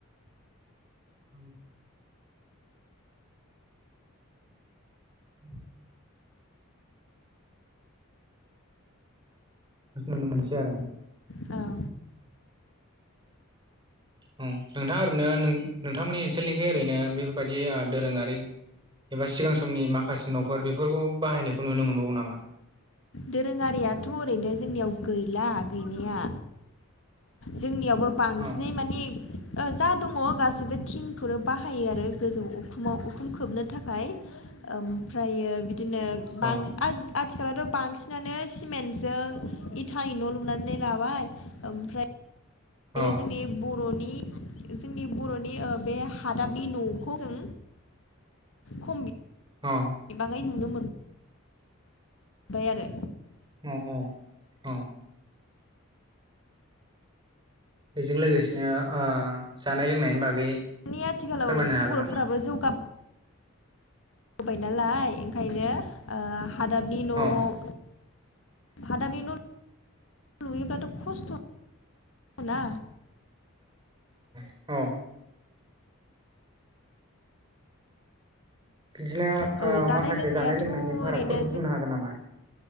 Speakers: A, on the right; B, on the left.
A: आ उम नुनो मोनसै आरो।
B: औ
A: औ नोंथाङा ओरैनो नोंथांमोननि ओनसोलनिखौ ओरैनो बेफोरबायाददि दोरोङारि एबा सिगां समनि माखासे न'फोर बेफोरखौ बाहायनायखौ नुनो मोनबावो नामा
B: दोरोङारियाथ' ओरैनो जोंनियाव गैला गैनाया जोंनियावबो बांसिनै
A: औ
B: माने जा दङ गाैबो थिंखौनो बाहायो आरो गोजौ उखुमाव उखुम खोबनो थाखाय ओमफ्रायो बिदिनो
A: औ
B: बांसिन आथिखालथ' बांसिन बांसिनानो सिमेन्टजों इटानि न' लुनानै लाबाय ओमफ्राय दायो
A: औ
B: जोंनि बर'नि जोंनि बर'नि बे हादाबनि न'खौ जों खमबि
A: औ
B: गोबाङै नुनो मोनो। जबाय आरो
A: <inaudible> बेजों लोगोसेनो जानाय लोंनायनि बागै
B: दानि आथिखालाव
A: फोरमायनो हागोन
B: बर'फोराबो
A: नामा?
B: जौ होबाय नालाय ओंखायनो हादाबनि न'
A: औ
B: <unintelligible> लुयोबाथ' खस्थ' ना
A: औ ओं। बिदिनो
B: औ
A: ओ माखासे
B: लोंनायाथ'
A: जानाय लोंनायनि
B: ओरैनो
A: फारागफोरखौ बुंनो हागोन नामा?